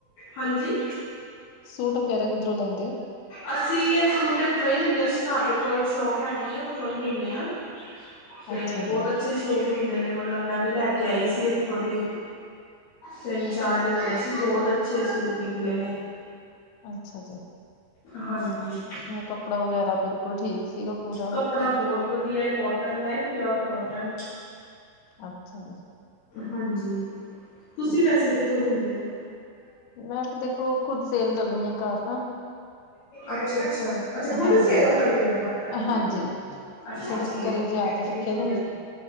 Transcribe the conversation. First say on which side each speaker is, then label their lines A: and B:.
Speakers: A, on the left; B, on the left.
A: ਹਾਂਜੀ।
B: ਸੂਟ ਵਗੈਰਾ ਕਿਧਰੋ ਲੈਂਦੇ ਓ?
A: ਅਸੀਂ ਇਹ ਸੂਟ ਇੱਥੋਂ ਹੀ ਲੈਂਨੇ ਹਾਂ ਘਰ ਦੇ ਕੋਲ ਸ਼ੋਪ ਹੈਗੀ ਆ ਉੱਥੋਂ ਹੀ ਲੈਂਨੇ ਹਾਂ
B: ਹੋ
A: ਤੇ
B: ਅੱਛਾ ਜੀ
A: ਬਹੁਤ ਅੱਛੇ ਸੂਟ ਹੁੰਦੇ ਨੇ ਮਤਲਬ ਮੈਂ ਵੀ ਲੈ ਕੇ ਆਈ ਸੀ ਉੱਥੋਂ ਦੀ ਤਿੰਨ ਚਾਰ ਲਿਤੇ ਸੀ ਬਹੁਤ ਅੱਛੇ ਸੂਟ ਨਿਕਲੇ ਨੇ
B: ਅੱਛਾ ਜੀ
A: ਹਾਂਜੀ।
B: ਕੱਪੜਾ ਵਗੈਰਾ ਬਿਲਕੁਲ ਠੀਕ ਸੀਗਾ ਪੂਰਾ
A: ਕੱਪੜਾ ਬਹੁਤ ਵਧੀਆ ਹੈ ਕੋਟਨ ਦਾ ਹੈ ਪਿਓਰ ਕੋਟਨ
B: ਅੱਛਾ ਜੀ
A: ਹਾਂਜੀ ਤੁਸੀਂ
B: ਠੀਕ
A: ਵੈਸੇ ਕਿੱਥੋਂ ਲੈਂਦੇ ਹੋ
B: ਮੈਂ ਤੇ ਦੇਖੋ ਖੁੱਦ ਸੇਲ ਕਰਨੀ ਆ ਘਰ ਨਾ
A: ਅੱਛਾ ਅੱਛਾ ਅੱਛਾ ਖੁਦ
B: ਹਾਂਜੀ
A: ਸੇਲ
B: ਹਾਂਜੀ
A: ਕਰਦੇ ਅੱਛਾ
B: ਹਾਂਜੀ ਥੋੜੇ
A: ਅੱਛਾ
B: ਘਰੇ ਲਿਆ ਕੇ
A: ਠੀਕ
B: ਰੱਖੇ ਦੇ
A: ਹੈ।
B: ਨੇ